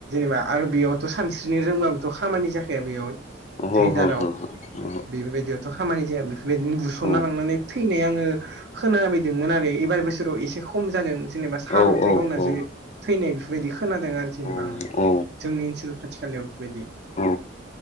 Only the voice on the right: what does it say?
बा आरो बेयावथ' सानस्रिनो रोंबाबोथ' खामानि जाखाया बेयाव
दै
दाराव
बेफोरबायदियावथ' खामानि जाया बेफोरबायदिनो बुसनना
लांनानै थैनाय आङो खोनाबायदोंमोन आरो एबार बोसोराव एसे खम जादों जेनेबा सारअन्थाइ
गावना
जे थैनाय बेफोरबायदि खोनादों आरो जेनेबा
आं
जोंनि ओनसोल खाथि खालायाव बेफोरबायदि